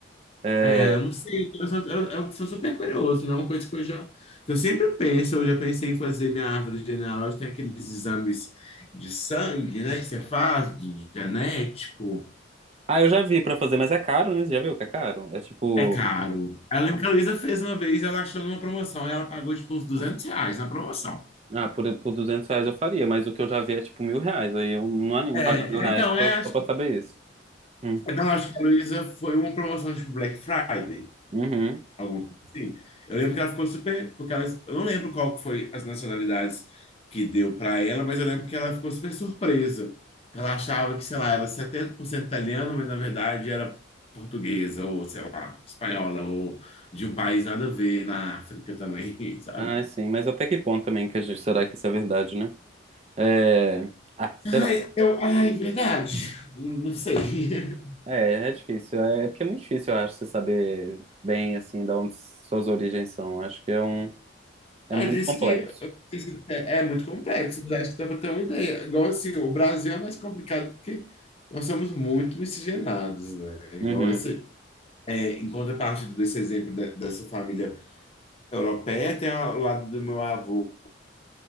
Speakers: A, on the right; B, on the left.
A: É,
B: É, eu não sei, eu sou, eu- eu sou super curioso, não é uma coisa que eu já, que eu sempre penso, eu já pensei em fazer minha árvore genealógica, tem aqueles exames de sangue, né, que você faz, de genético,
A: Ah, eu já vi pra fazer, mas é caro, né? Você já viu que é caro? É tipo,
B: É caro. Eu lembro que a Luísa fez uma vez, ela achou numa promoção, e ela pagou tipo uns duzentos reais na promoção.
A: ah, por, por 200 reais eu faria, mas o que eu já vi é tipo mil reais. Aí eu não animo
B: É,
A: pagar mil reais
B: então,
A: só,
B: é,
A: só
B: acho
A: pra
B: que,
A: saber isso. Hum.
B: então, acho que a Luísa foi uma promoção tipo Black Friday,
A: Uhum.
B: alguma coisa assim. Eu lembro que ela ficou super, porque ela, eu não lembro qual que foi as nacionalidades que deu para ela, mas eu lembro que ela ficou super surpresa. Ela achava que, sei lá, ela era 70% italiana, mas na verdade era portuguesa, ou sei lá, espanhola, ou de um país nada a ver na África também, <laughs> sabe?
A: Ah, sim, mas até que ponto também que a gente, será que isso é verdade, né? É. Ah, sei
B: Ai,
A: lá.
B: eu, ai, verdade. Não sei. <laughs>
A: É, é difícil. É, é porque é muito difícil, eu acho, você saber bem, assim, da onde suas origens são. Acho que é um. É
B: Ah,
A: muito
B: diz
A: complexo.
B: que isso é, é muito complexo, mas acho que dá para ter uma ideia. Igual assim, o Brasil é mais complicado porque nós somos muito miscigenados, né?
A: Uhum.
B: Igual esse. É, em contrapartida desse exemplo de- dessa família europeia, tem ao lado do meu avô,